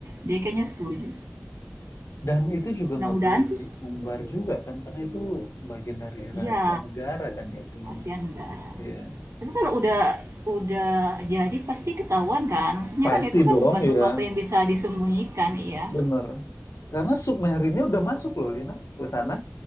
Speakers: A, on the right; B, on the left.
A: dia kayaknya setuju.
B: Dan itu juga
A: Mudah-mudahan
B: nggak boleh
A: sih.
B: diumbar juga kan, karena itu bagian dari
A: Iya,
B: rahasia negara kan itu, Lina.
A: kasihan negara.
B: Iya.
A: Tapi kalau udah udah jadi pasti ketahuan kan? Maksudnya
B: Pasti
A: kan itu kan
B: dong
A: bukan
B: ya,
A: sesuatu yang bisa disembunyikan, iya.
B: bener. Karena submarinnya udah masuk loh, Lina, ke sana.